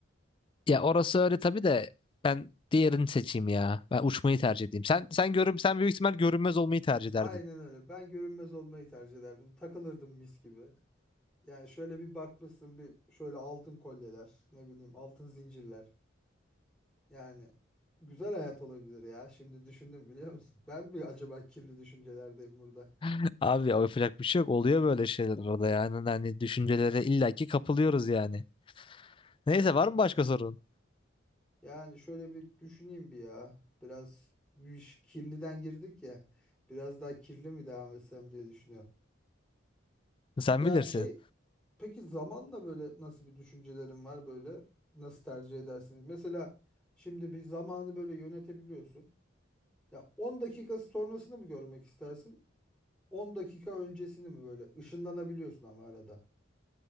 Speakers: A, on the left; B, in the centre.
A: Ya orası öyle tabii de ben diğerini seçeyim ya. Ben uçmayı tercih edeyim. Sen sen görün sen büyük ihtimal görünmez olmayı tercih ederdin.
B: Aynen öyle. Ben görünmez olmayı tercih ederdim. Takılırdım mis gibi. Yani şöyle bir bakmışsın bir şöyle altın kolyeler, ne bileyim altın zincirler. Yani güzel hayat olabilir ya. Şimdi düşündüm biliyor musun? Ben mi acaba kirli düşüncelerdeyim burada?
A: <laughs> Abi yapacak bir şey yok. Oluyor böyle şeyler orada yani. Hani düşüncelere illaki kapılıyoruz yani. Neyse
B: Vallahi.
A: var mı başka sorun?
B: Yani şöyle bir düşüneyim bir ya. Biraz bir iş kirliden girdik ya. Biraz daha kirli mi devam etsem diye düşünüyorum.
A: Sen
B: Ya
A: bilirsin.
B: şey Peki zamanla böyle nasıl bir düşüncelerin var böyle nasıl tercih edersin? Mesela şimdi bir zamanı böyle yönetebiliyorsun. Ya 10 dakika sonrasını mı görmek istersin? 10 dakika öncesini mi böyle ışınlanabiliyorsun ama arada.